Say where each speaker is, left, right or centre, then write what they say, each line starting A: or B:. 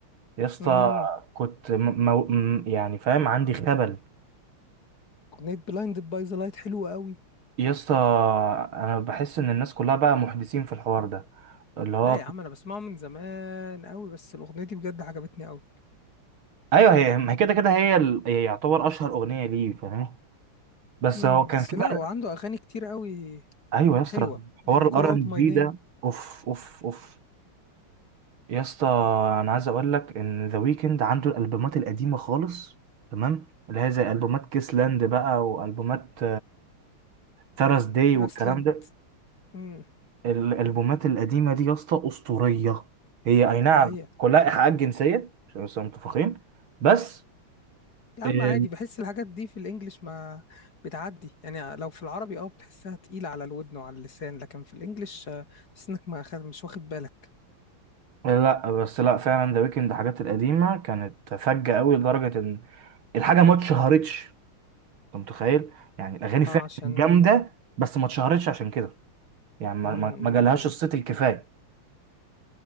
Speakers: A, on the right; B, on the left.
A: يا اسطى
B: امم
A: كنت م... مو... م- يعني فاهم عندي خبل
B: اغنيه بلايند باي ذا لايت حلوه قوي
A: يا اسطى انا بحس ان الناس كلها بقى محدثين في الحوار ده اللي هو
B: لا يا
A: كنت-
B: عم انا بسمعه من زمان قوي بس الاغنيه دي بجد عجبتني قوي
A: ايوه هي ما هي كده كده هي ال... هي يعتبر اشهر اغنيه ليه فاهم بس
B: امم
A: هو كان
B: بس
A: في
B: لا
A: بقى
B: هو عنده اغاني كتير قوي
A: ايوه يا اسطى
B: حلوه
A: حوار
B: يعني call
A: الار ان
B: out my
A: بي
B: name
A: ده اوف اوف اوف يا اسطى انا عايز اقول لك ان ذا ويكند عنده الالبومات القديمه خالص تمام اللي هي زي البومات كيسلاند بقى والبومات ثراس داي
B: grassland
A: والكلام ده
B: امم
A: الالبومات القديمه دي يا اسطى اسطوريه هي اي نعم
B: دي هي
A: كلها ايحاءات جنسيه عشان بس نبقى متفقين بس
B: يا
A: إيه،
B: عم عادي بحس الحاجات دي في الانجليش ما بتعدي يعني لو في العربي اه بتحسها تقيله على الودن وعلى اللسان لكن في الانجليش آه، تحس انك ما خد... مش واخد بالك
A: لا بس لا فعلا ذا ويكند الحاجات القديمه كانت فجه قوي لدرجه ان الحاجه ما اتشهرتش انت متخيل يعني الاغاني فعلا
B: اه عشان
A: جامده بس ما اتشهرتش عشان كده يعني ما
B: امم
A: ما ما جالهاش الصيت الكفايه